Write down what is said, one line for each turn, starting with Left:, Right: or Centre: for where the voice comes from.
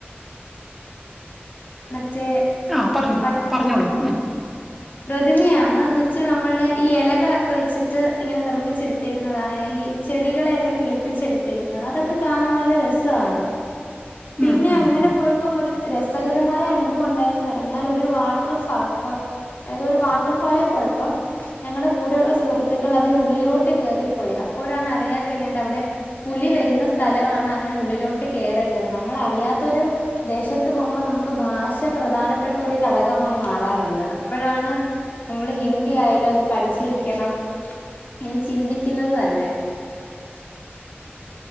Left: മറ്റേ
Centre: ആ പറഞ്ഞു
Left: പച്
Centre: പറഞ്ഞോളൂ ഉം
Left: പ്രതിമയാണ് ഇ ച്ച നമ്മളുടെ ഈ എലകളൊക്കെ വെച്ചിട്ട് ഇങ്ങനെ നിർമ്മിച്ച എടുത്തേക്കുന്നതാണ് ഈ ചെടികളെയൊക്കെ കിളിപ്പി ച്ചെടുത്തേുന്നത് അതൊക്കെ കാണാൻ നല്ല രസമാണ് പിന്നെ
Centre: ഉം ഉം
Left: അങ്ങനെ
Centre: ഉം
Left: പോയപ്പം ഒരു രസ കരമായ അനുഭവം ഉണ്ടായെന്ന് പറഞ്ഞാൽ ഒരു വാട്ടർ ഫാൾ <unintelligible> ഏതൊ ഒരു വാട്ടർഫാളിൽ പോയപ്പം ഞങ്ങളുടെ കൂടെയുള്ള സുഹൃത്തുക്കൾ അതിനുള്ളിലോട്ട് കേറിപ്പോയി അ പ്പോഴാണ് അറിയാൻ കഴിഞ്ഞത് അവിടെ പുലി വരുന്ന സ്ഥലവാണ് അങ്ങനെ ഉള്ളിലോട്ട് കേറരുത് എന്ന് നമ്മളറിയാ ത്തൊര് ദേശത്ത് പോകുമ്പോൾ നമുക്ക് ഭാഷ പ്രധാനപ്പെട്ട ഒരു ഘടകമായി മാറാറുണ്ട് അപ്പഴാണ് നമ്മള് ഹിന്ദി ആയാലും അത് പഠിച്ചിരിക്കണം എന്ന് ചിന്തിക്കുന്നത് തന്നെ <unintelligible>